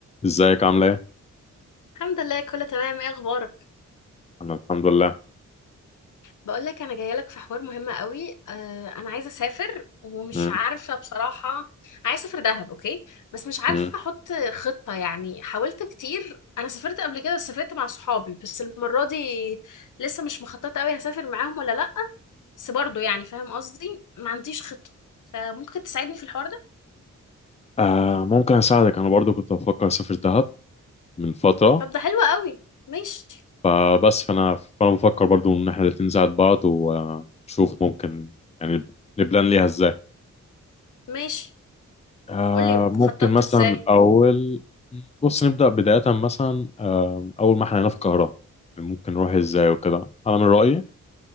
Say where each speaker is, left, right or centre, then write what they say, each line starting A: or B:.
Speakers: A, on the left; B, on the left.
A: ازيك عامله ايه
B: الحمد لله كله تمام ايه اخبارك
A: انا الحمد لله
B: بقول لك انا جايه لك في حوار مهم قوي آه انا عايزه اسافر ومش
A: مم.
B: عارفه بصراحه عايزه اسافر دهب اوكي بس مش عارفه
A: مم.
B: احط خطه يعني حاولت كتير انا سافرت قبل كده بس سافرت مع صحابي بس المره دي لسه مش مخططه قوي هسافر معاهم ولا لا بس برضه يعني فاهم قصدي ما عنديش خطه فممكن تساعدني في الحوار ده
A: آه ممكن اساعدك انا برضو كنت بفكر اسافر دهب من فتره
B: طب ده حلو قوي ماشي
A: فبس فانا فانا بفكر برضو ان احنا الاتنين نساعد بعض ونشوف ممكن يعني نبلان ليها ازاي
B: ماشي
A: آه
B: قولي
A: ممكن
B: خططت
A: مثلا
B: ازاي
A: من اول بص نبدا بدايه مثلا آه اول ما احنا هنا في القاهره ممكن نروح ازاي وكده انا من رايي